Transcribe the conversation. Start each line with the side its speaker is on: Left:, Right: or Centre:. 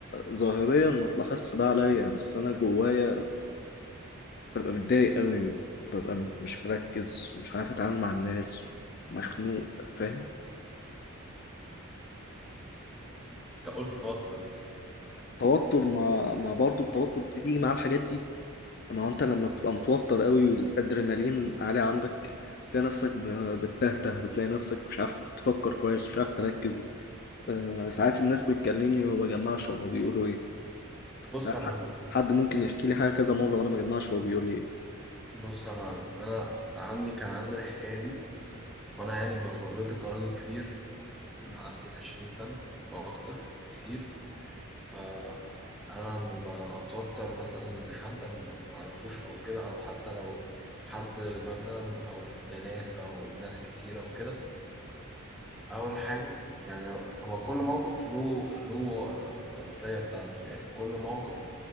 Left: ظاهريا ما تلاحظش ده عليا بس انا جوايا ببقى متضايق قوي وببقى م- مش مركز ومش عارف اتعامل مع الناس مخنوق فاهم
Centre: انت قلت توتر
Left: توتر ما ما برضه التوتر بتيجي مع الحاجات دي ما هو انت لما بتبقى متوتر قوي والادرينالين عالي عندك تلاقي نفسك ب- بتتهته بتلاقي نفسك مش عارف تفكر كويس مش عارف تركز آه، ساعات الناس بتكلمني ما بجمعش هما بيقولوا ايه
Centre: بص
Left: ساعات
Centre: يا معلم
Left: حد حد ممكن يحكي لي حاجة كذا مرة وانا ما بجمعش هو بيقول لي ايه
Centre: بص يا معلم انا بقى عندي كان عندي الحكايه دي وانا يعني بخبرتي كراجل كبير معدي ال 20 سنه او اكتر بكتير فأنا لما بتوتر مثلا من حد أنا ما ما أعرفوش أو كده أو حتى لو حد مثلا أو بنات أو ناس كتيرة وكده أول حاجة يعني لو- هو كل موقف له له آه، خاصية بتاعته يعني كل موقف